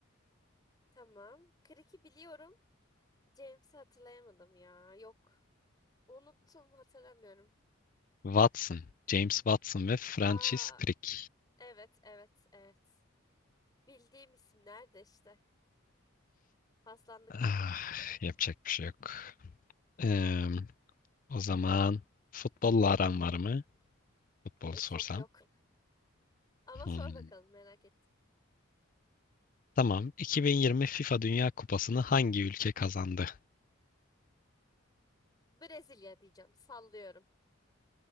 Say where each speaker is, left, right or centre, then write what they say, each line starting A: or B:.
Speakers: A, on the left (about 20°); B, on the left (about 40°).
A: Tamam. Crick'i biliyorum. James'i hatırlayamadım ya. Yok. Unuttum, hatırlamıyorum.
B: Watson. James Watson ve Francis
A: Aa
B: Crick.
A: evet, evet, evet. Bildiğim isimler de işte. Paslandık.
B: Ah, yapacak bir şey yok. Eee, o zaman futbolla aran var mı? Futbol
A: E,
B: sorsam.
A: çok yok. <laughs> Ama
B: Hmm.
A: sor bakalım merak ettim.
B: Tamam. 2020 FIFA Dünya Kupası'nı hangi ülke kazandı?
A: Brezilya diyeceğim. Sallıyorum.